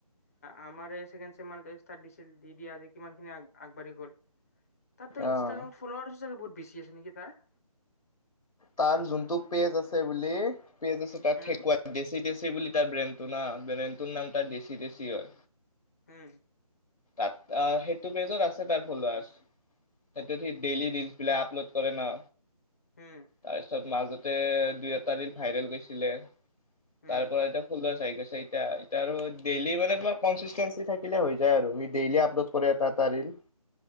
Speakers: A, on the left; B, on the left.
A: আমাৰ এই ছেকেণ্ড চেমেনত ষ্টাৰ্ট দিছিল দি দি আজি কিমান খিনি আগবাঢ়ি গ'ল। তাতো
B: অ'।
A: ইনষ্টাগ্ৰামত ফলোৱাৰ্চও বহুত বেছি আছে নেকি তাৰ।
B: তাৰ যোনটো পেজ আছে বুলি পেজ আছে তাত
A: উম,
B: <unintelligible> দেশী দেশি বুলি তাৰ ব্ৰেণ্ডটো ন ব্ৰেণ্ডটোৰ নাম তাৰ দেশী দেশী হয়।
A: হম।
B: তাত সেইটো পেজত আছে তাৰ ফলোৱাৰ্চ সেইটো সি
A: উম,
B: ডেইলি ৰিলচ বিলাক আপলোড কৰে ন।
A: হম।
B: তাৰপিছত মাজতে দুই এটা ৰিল ভাইৰেল গৈছিলে
A: উম,
B: তাৰ পৰা এতিয়া ফুল চাই গ আছে এতিয়া এতিয়া আৰু ডেইলি মানে তোমাৰ কনচিষ্টেঞ্চি থাকিলে হৈ যায় আৰু। ত' সো ডেইলি অপলড কৰা এটা এটা ৰিল।